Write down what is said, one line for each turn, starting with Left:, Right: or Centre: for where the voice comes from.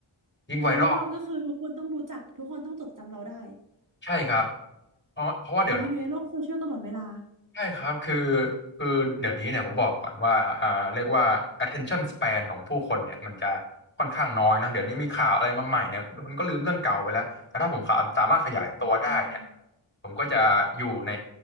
Left: ยิ่งไวรัล
Right: มีไวรัลก็คือทุกคนต้องรู้จักทุกคนต้องจดจำเราได้
Left: ใช่ครับเพราะเพราะว่าเดี๋ยว
Right: อ๋ออยู่ในโลกโซเชียลตลอดเวลา
Left: ใช่ครับคือคือเดี๋ยวนี้เนี่ยผมบอกก่อนว่าอ่าเรียกว่า attention span ของผู้คนเนี่ยมันจะค่อนข้างน้อยนะเดี๋ยวนี้มีข่าวอะไรมาใหม่เนี่ยคุณก็ลืมเรื่องเก่าไปแล้วแต่ถ้าผมขาสามารถขยายตัวได้เนี่ย
Right: อืม
Left: ผมก็จะอยู่ใน